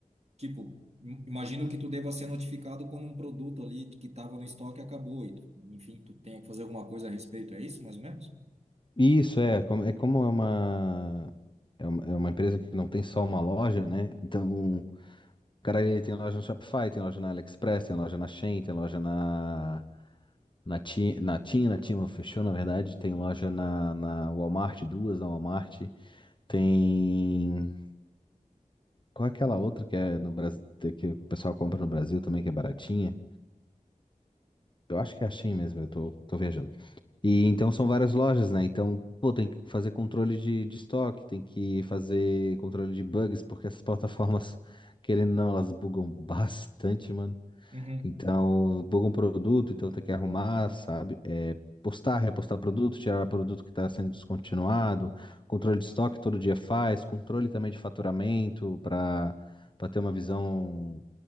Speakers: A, on the right (about 50°); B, on the left (about 35°).
A: Tipo, im- imagino que tu deva ser notificado quando um produto ali que estava no estoque acabou e, tu- enfim, tu tenha que fazer alguma coisa a respeito. É isso, mais ou menos?
B: Isso é, como, é como é uma, é uma é uma empresa que não tem só uma loja, né? Então, o cara ele tem loja no Shopify, tem loja na AliExpress, tem loja na Shein, tem loja na na Ti- na Tim, na Timo fechou, na verdade, tem loja na, na Walmart, duas na Walmart, tem qual é aquela outra que é no Brasil que o pessoal compra no Brasil também que é baratinha? Eu acho que é a Shein mesmo, eu tô, tô viajando. E então são várias lojas, né? Então, pô, tem que fazer controle de, de estoque, tem que fazer controle de bugs, porque essas <laughs> plataformas, querendo ou não, elas bugam bastante, mano.
A: Uhum.
B: Então, bugam produto, então tem que arrumar, sabe? É, postar, repostar produto, tirar produto que está sendo descontinuado, controle de estoque todo dia faz, controle também de faturamento para para ter uma visão